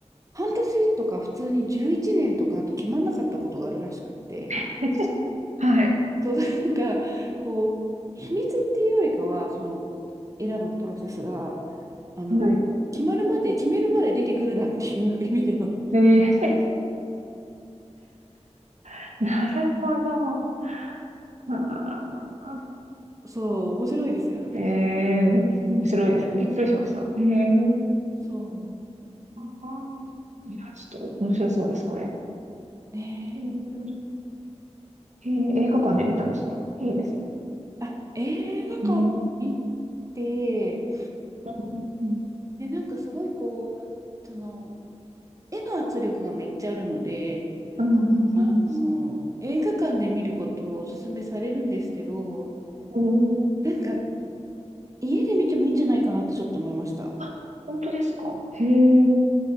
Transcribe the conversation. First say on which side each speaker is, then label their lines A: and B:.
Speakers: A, on the right; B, on the right.
A: 半年とか普通に11年とかあと決まんなかったことがあるらしくって、
B: <laughs> はい。
A: そう、なんか、こう、秘密っていうよりかは、その、選ぶプロセスが、あの、
B: はい。
A: 決まるまで、決めるまで出てくるなっていう意味での
B: えー、<laughs> なるほど。あ
A: そう、面白いですよね。
B: ーえー、
A: ね
B: び面白いです。びっくりしました。えー、
A: そう。うん
B: あーいや、ちょっと面白そうです、これ。
A: ね
B: えー、えー映画館で見たんですかいいですね。
A: え。あ、映画館見
B: うん。
A: て、
B: うん。うん。
A: で、なんかすごいこう、その、絵の圧力がめっちゃあるので、
B: うんうん
A: あの、映画館で見ることをおすすめされるんですけど、
B: うん
A: なんか、家で見てもいいんじゃないかなってちょっと思いました。
B: あ、本当ですかへえ。